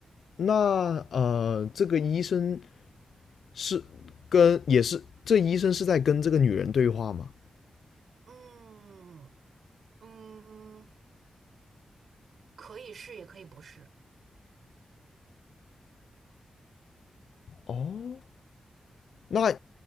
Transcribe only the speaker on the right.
嗯嗯，可以是，也可以不是，